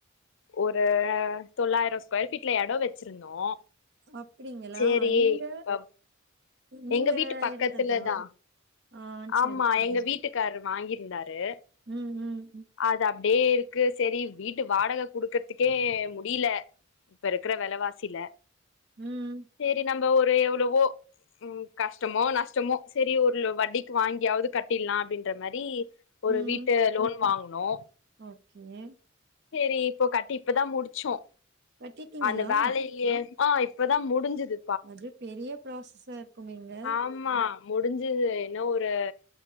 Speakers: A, on the left; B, on the right.
A: ஒரு தொள்ளாயிரம் ஸ்கொயர் ஃபீட்ல எடோ வச்சிருந்தோ
B: அப்டிங்களா
A: சேரி
B: எங்க
A: இப்ப
B: நீங்க
A: எங்க வீட்டுப் பக்கத்துல
B: எடுத்ததா
A: தா
B: ஆ செரி
A: ஆமா
B: செரி
A: எங்க வீட்டுக்காரு வாங்கிருந்தாரு
B: ம் ம் ம்
A: அது அப்டியே இருக்கு சரி வீட்டு வாடக குடுக்கறதுக்கே முடியல இப்ப இருக்கற வெலவாசில
B: ம்
A: சேரி நம்ப ஒரு எவ்ளோவோ ம் கஷ்டமோ நஷ்டமோ சரி ஒரு லோ வட்டிக்கு வாங்கியாவது கட்டில்லா அப்டின்ற மாரி ஒரு
B: ம்
A: வீட்ட லோன் வாங்குனோ
B: ஓகே
A: சேரி இப்போ கட்டி இப்போ தா முடிச்சோ
B: கட்டிட்டீங்களா
A: அந்த வேலையிலேயே ஆ இப்பதா முடிஞ்சுது
B: அது பெரிய ப்ராசஸா இருக்கு மேங்க
A: ஆமா முடிஞ்சுது என்ன ஒரு